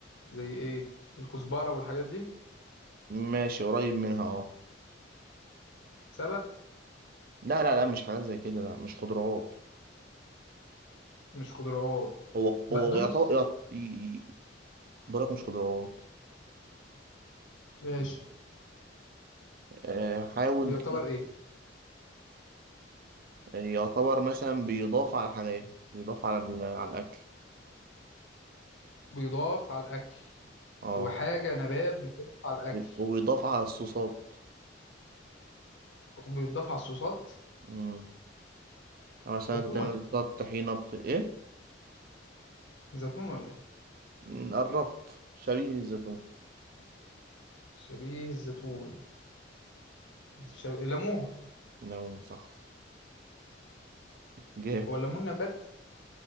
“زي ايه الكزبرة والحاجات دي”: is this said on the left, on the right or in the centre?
Left